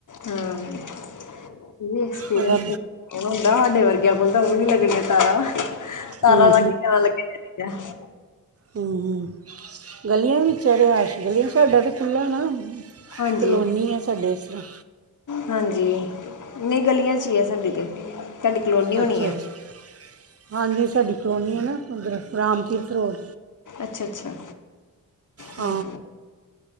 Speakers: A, on the left; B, on the right.
A: ਹਾਂ, ਇਹ ਵੀ ਐਕਸਪੀਰੀਅੰਸ।
B: ਉਹਦਾ
A: ਹੁੰਦਾ ਸਾਡੇ ਵਰਗਿਆਂ ਕੋਲ ਤਾਂ ਉਹ ਵੀ ਨੀ ਲੱਗਣੀਆਂ ਤਾਰਾ। ਤਾਰਾਂ
B: ਹੂੰ
A: ਲੱਗ ਜਾਣ ਲੱਗੇਕ।
B: ਹਮ, ਹਮ ਗਲੀਆਂ ਵਿੱਚ ਰਿਹਾਸ਼ ਗਲੀਆਂ ਸਾਡਾ ਤਾਂ ਖੁੱਲ੍ਹਾ ਨਾ
A: ਹਾਂਜੀ
B: ਕਲੋਨੀ ਆ ਸਾਡੇ ਇਸ ਤਰ੍ਹਾਂ।
A: ਹਾਂਜੀ ਨਹੀਂ ਗਲੀਆਂ ਚ ਈ ਐ ਸਾਡੀ ਤੇ। ਕਲੋਨੀ ਹੋਣੀ
B: ਅੱਛਾ
A: ਆ
B: ਅੱਛਾ ਹਾਂਜੀ ਸਾਡੀ ਕਲੋਨੀ ਹੈ ਨਾ ਉੱਧਰ ਰਾਮ ਤੀਰਥ ਰੋਡ
A: ਅੱਛਾ ਅੱਛਾ
B: ਹ
A: ਹਾਂਜੀ